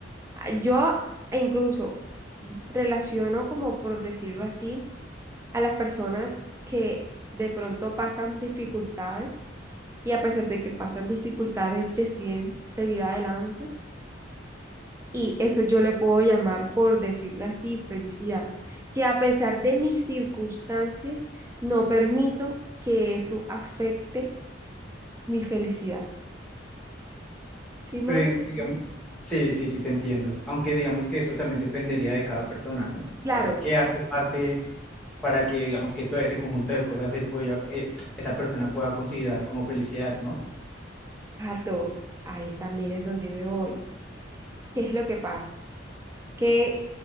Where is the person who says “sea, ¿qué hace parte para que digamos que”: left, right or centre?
Centre